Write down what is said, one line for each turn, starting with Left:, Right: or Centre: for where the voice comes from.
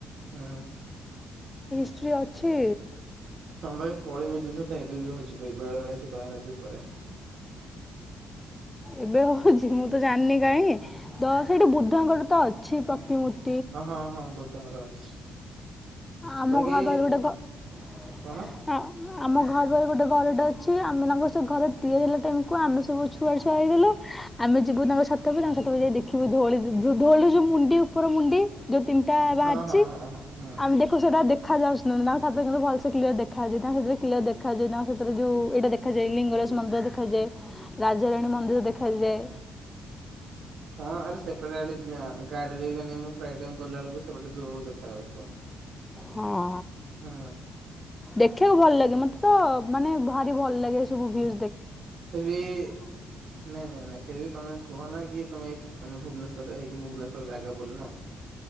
Right: ହୁଁ।
Left: ଶ୍ରୀ ଅଛି।
Right: ହଁ ବାକି କଳିଙ୍ଗ ଯୁଦ୍ଧ ତ ଏବେ ବି ହଉଛିି ବେଳେ ବେଳେ ସେ ଦୟା ନଦୀ ଉପରେ।
Left: ଏବେ ହଉଛି ମୁଁ ତ ଜାଣିନି କାହିଁ ତ ସେଇଠୁ ବୁଦ୍ଧଙ୍କର ତ ଅଛି ପ୍ରତିମୂର୍ତ୍ତି।
Right: ହଁ ହଁ ହଁ ହଁ ବୁଦ୍ଧ ଙ୍କର ଅଛି। <unintelligible>
Left: ଆମ
Right: ବାକି
Left: ଘର ଗୋଟେ ହ।
Right: କଣ
Left: ଆମ ଘର ପରେ ଗୋଟେ ଘରଟେ ଅଛି ଆମେ ତାଙ୍କ ସେ ଘରେ ତିଆରି ହେଲା ଟାଇମ୍ କକୁ ଆମେ ସବୁ ଛୁଆ ଛୁଆ ହେଇଗଲୁ ଆମେ ଯିବୁ ତାଙ୍କ ଛାତକୁ ତାଙ୍କ <unintelligible> କୁ ଯାଇ ଦେଖିବୁ ଧଉଳି ଧୋଉଳିୁ ଯେଉଁ ମୁଣ୍ଡି ଉପର ମୁଣ୍ଡି ଯୋଉ ତିନିଟା ବାହାରିଛି
Right: ହଁ ହଁ ହଁ ହଁ ହୁଁ।
Left: ଆମେ ଦେଖୁ ସେଟା ଦେଖ ଦେଖାଯାଉଛି କି ନା ତାଙ୍କ ଛାତ ଉପରୁ ଭଲ ସେ କ୍ଲିୟର ଦେ ଦେଖାଯାଏ ତାଙ୍କ ସାଥିରେ କିଲ ଦେଖାଯାଏ ତାଙ୍କ ସାଥିରେ ଯୋଉ ଏଇଟା ଦେଖାଯାଏ ଲିଙ୍ଗରାଜ ମନ୍ଦିର ଦେଖାଯାଏ ରାଜାରାଣୀ ମନ୍ଦିର ଦେଖାଯାଏ
Right: ହଁ ଆରେ ସେପଟେ ଆଡ଼େ ଗା ଗାଡ଼ିରେ ମାନେ ମୁଁ ଗଲାବେଳକୁ ସେପଟେ ଦୂରରୁ ଦେଖା ଯାଉଥିବ।
Left: ହଁ।
Right: ହୁଁ
Left: ଦେଖିବାକୁ ଭଲ ଲାଗେ ମତେ ତ ମାନେ ଭାରି ଭଲ ଲାଗେ ସବୁ ଭି
Right: ଫିରବି ନାଇଁ ନାଇଁ ନାଇଁ ଫିରବି ତମେ କୁହ ନା କି ତମେ ମାନେ ଭୁବନେଶ୍ୱର ହେଇକି ଭୁବନେଶ୍ଵର ଜାଗା ବୋଲିନ।